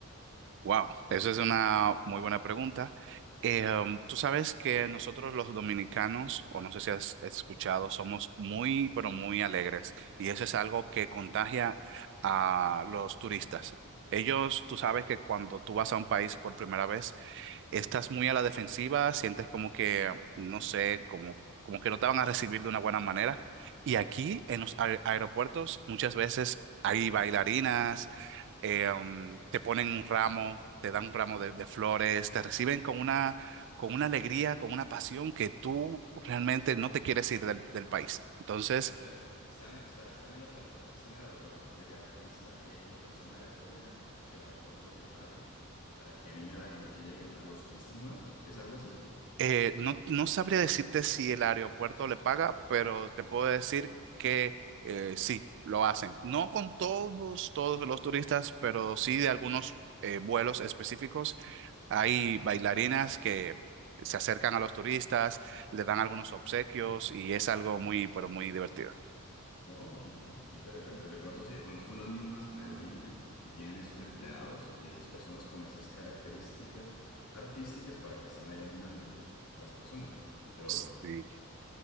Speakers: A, on the right; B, on the left.
A: Wow, eso es una muy buena pregunta. Eh, um, tú sabes que nosotros los dominicanos, o no sé si has escuchado, somos muy, pero muy alegres y eso es algo que contagia a los turistas. Ellos, tú sabes que cuando tú vas a un país por primera vez, estás
B: Ujú.
A: muy a la defensiva, sientes como que, no sé, como, como que no te van a recibir de una buena manera. Y aquí en los aer- aeropuertos muchas veces hay bailarinas eh, um, te ponen un
B: ¿En
A: ramo,
B: serio?
A: te dan un ramo de, de flores, te reciben con una, con una alegría, con una pasión que tú realmente no te quieres ir del, del país. Entonces,
B: Pero, o sea, es- están, espera, están en los aeropu- están en el aeropuerto, llega el turista y hay una persona aleatoria que el aeropuerto le paga para que anime a la gente que llega, a los turistas nuevos. ¿Es algo así?
A: Eh, no, no sabría decirte si el aeropuerto le paga, pero te puedo decir que eh, sí, lo hacen. No con todos, todos los turistas, pero sí de algunos eh, vuelos específicos. Hay bailarinas que se acercan a los turistas, le dan algunos obsequios y es algo muy, pero muy divertido.
B: Oh, qué, in- qué interesante. De pronto sí, de pronto son las mismas aerolíneas que tienen esos empleados y esas personas con esas características artísticas para que estén ahí animando a las personas. Pero
A: Sí,